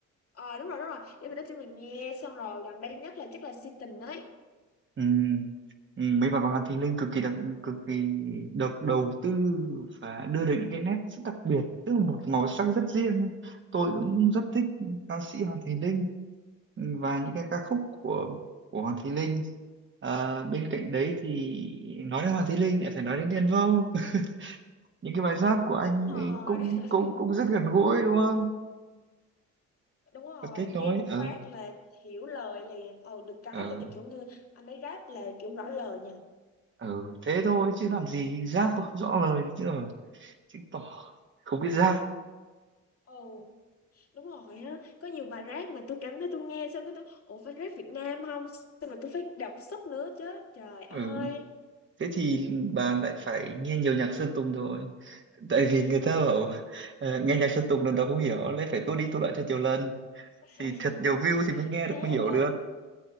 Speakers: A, on the left (about 50°); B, on the right (about 40°).
A: ờ đúng rồi đúng rồi để mày nói cho mình nghe xong rồi gần đây nhất là chắc là si tình ấy
B: Ừ. Ừ, Mấy bà con Hàn Thi Linh cực kỳ đặc,
A: ừ
B: cực kỳ được đầu tư và đưa đến những cái nét rất đặc biệt tức là một màu sắc rất riêng ấy. tôi cũng rất thích ca sĩ Hoàng Thùy Linh ừ, và những cái ca khúc của của Hoàng Thùy Linh Ờ, bên cạnh đấy thì nói đến Hoàng Thùy Linh lại phải nói đến Đen Vâu <laughs> những cái bài rap của anh
A: đúng
B: ấy
A: rồi
B: cũng
A: <laughs>
B: cũng cũng rất gần gũi đúng không
A: đúng rồi
B: và kết nối
A: nghe một
B: ờ
A: phát là hiểu lời liền ừ được cái
B: ờ
A: là kiểu như anh ấy rap là kiểu rõ lời nha
B: ờ thế thôi chứ làm gì rap mà không rõ lời nữa chứ rồi chứng tỏ không biết rap
A: ừ đúng rồi á có nhiều bài rap mà tôi cảm thấy tôi nghe xong cái tôi ủa phải rap Việt Nam không xong rồi tôi phải đọc sub nữa chứ trời ơi
B: Ừ. Thế thì bà lại phải nghe nhiều nhạc Sơn Tùng rồi Tại vì người ta bảo ờ, nghe nhạc Sơn Tùng lần đầu không hiểu Lấy phải tua đi tua lại thật nhiều lần
A: <laughs>
B: Thì thật nhiều view thì mới nghe
A: thế
B: được, mới hiểu
A: ừ,
B: được